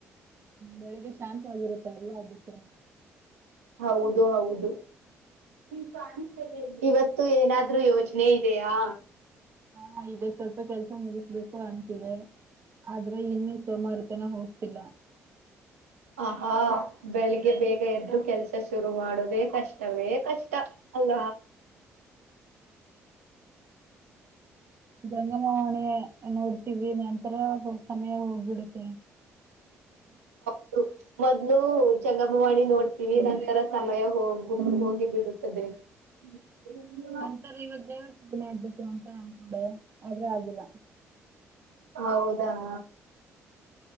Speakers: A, on the right (about 30°); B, on the right (about 75°).
A: ಬೆಳಿಗ್ ಶಾಂತವಾಗಿರುತ್ತೆ ಅಲ್ವಾ ಅದಕ್ಕೆ
B: ಹೌದು ಹೌದುವ------ಇಲ್ಲಿ ಕನಸತಾಯಿತಿ ಇವತ್ತ ಏನಾದ್ರು ಯೋಜನೆ ಇದೆಯಾ
A: ಹಾ ಇದೆ ಸ್ವಲ್ಪ ಕೆಲ್ಸ ಮುಗಿಸ್ಬೇಕು ಅಂತಿದೆ. ಆದ್ರೆ ಇನ್ನು ಸೋಮಾರತನ ಹೋಗ್ತಿಲ್ಲ
B: ಆಹಾ ಆಹಾ ಬೆಳಿಗ್ಗೆ ಬೇಗ ಎದ್ದು ಕೆಲ್ಸ ಶುರು ಮಾಡುವುದೇ ಕಷ್ಟವೇ ಕಷ್ಟ ತಾ ಅಲ್ಲ
A: ಜಂಗಮವಾಣಿಯಿ ನೋಡ್ತೀವಿ ನಂತರ ಸಮಯ ಹೋಗಬಿಡತ <inaudible>
B: ಹ ಮೊದ್ಲು ಜಂಗಮವಾಣಿ ನೋಡ್ತೀವಿ ನಂತರ ಸಮಯ ಹೋಗಿ ಗುಬ ಹೋಗಿ ಬಿಡತದೆ. ಹ <unintelligible>
A: ನಂತರ ಇವಾಗ ದೇವರದ ಮಾಡಬೇಕು ಅಂತ ಅನ್ಕೊಂಡೆ ಆದ್ರೆ ಆಗಿಲ್ಲ.
B: ಹೌದಾ <inaudible>